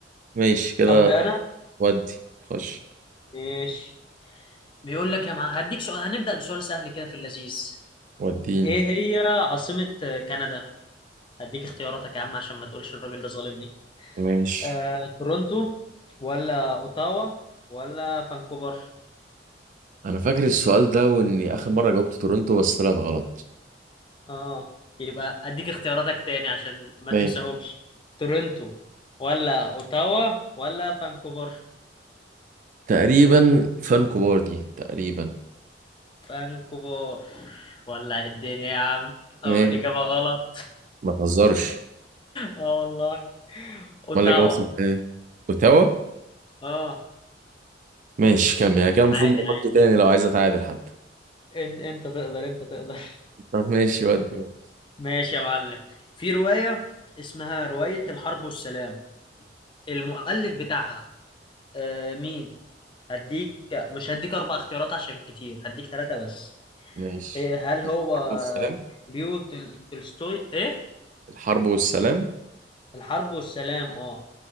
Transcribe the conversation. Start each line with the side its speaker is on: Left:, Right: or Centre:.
Right: ماشي كده
Left: ابدا انا
Right: ودي خش
Left: ماشي بيقول لك يا مع... هديك سؤال هنبدأ بسؤال سهل كده في اللذيذ
Right: وديني
Left: ايه هي عاصمة كندا هديك اختياراتك يا عم عشان ما تقولش الراجل ده ظالمني
Right: ماشي
Left: آه، تورونتو ولا اوتاوا ولا فانكوفر
Right: أنا فاكر السؤال ده وإني آخر مرة جاوبت تورنتو بس طلعت غلط
Left: اه يبقى اديك اختياراتك تاني عشان ما
Right: ماشي
Left: تنساهمش تورنتو ولا اوتاوا ولا فانكوفر
Right: تقريبا فان كوبار دي تقريبا
Left: فانكوفر ولا الدنيا يا عم اول
Right: ايه
Left: اجابه غلط
Right: ما تهزرش
Left: اه والله اوتاوا
Right: امال اللي جابت صح ايه اوتاوا
Left: اه
Right: ماشي كم يعني كده المفروض
Left: عادي
Right: ما
Left: عادي
Right: اقولش تاني لو عايز اتعادل حتى
Left: إن انت تقدر انت تقدر
Right: طب ماشي ودي ودي.
Left: ماشي يا معلم في روايه اسمها روايه الحرب والسلام المؤلف بتاعها آه مين هديك مش هديك اربع اختيارات عشان كتير هديك ثلاثه بس
Right: ماشي
Left: إيه هل هو
Right: الحرب والسلام
Left: ليو تل- تولستوي ايه
Right: الحرب والسلام
Left: الحرب والسلام اه